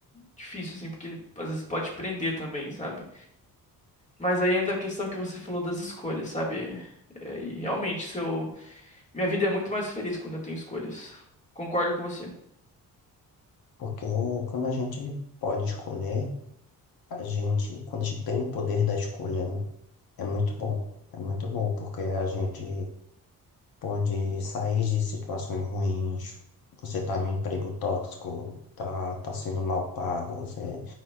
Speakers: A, on the left (about 20°); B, on the left (about 80°).
A: difícil, assim, porque ele às vezes pode prender também, sabe? Mas aí entra a questão que você falou das escolhas, sabe? É, e realmente, se eu Minha vida é muito mais feliz quando eu tenho escolhas. Concordo com você.
B: Porque quando a gente pode escolher, a gente, quando a gente tem o poder da escolha, né, é muito bom. É muito bom, porque a gente Pode sair de situações ruins. Você tá num emprego tóxico, tá, tá sendo mal pago, você